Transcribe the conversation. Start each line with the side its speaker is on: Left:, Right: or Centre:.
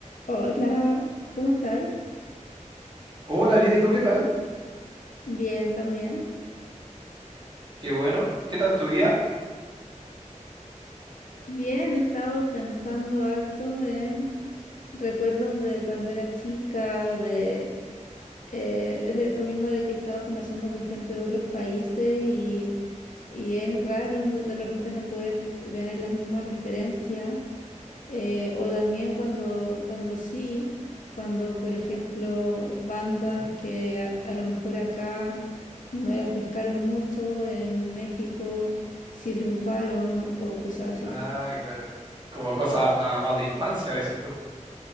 Left: Hola, ¿cómo estáis?
Right: Hola, bien, ¿y tú qué tal?
Left: Bien, también.
Right: Qué bueno. ¿Qué tal tu día?
Left: Bien, he estado pensando harto en recuerdos de cuando era chica, de eh, es eso mismo de que he estado conversando con gente de otros países y, y es raro no- de repente no poder tener las mismas referencias. Eh, o también cuando, cuando sí, cuando por ejemplo bandas
Right: ¿Mm?
Left: que a, a lo mejor acá no las pescaron mucho, en México sí triunfaron o, o cosas así.
Right: Ah, claro. Como cosa más de infancia, decís tú.